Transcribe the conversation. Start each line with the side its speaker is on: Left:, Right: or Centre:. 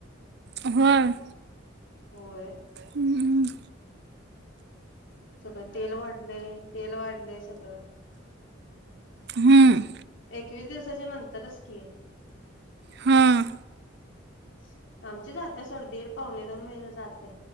Right: ह होय.
Left: होय.
Right: हं हं.
Left: सगळं तेल वाढलंय, तेल वाढलय सगळं.
Right: हम्म.
Left: एकवीस दिवसाच्या नंतरच की.
Right: हां
Left: <inaudible> आमची जात्या सोड दीड, पावणे दोन महिने जात्या.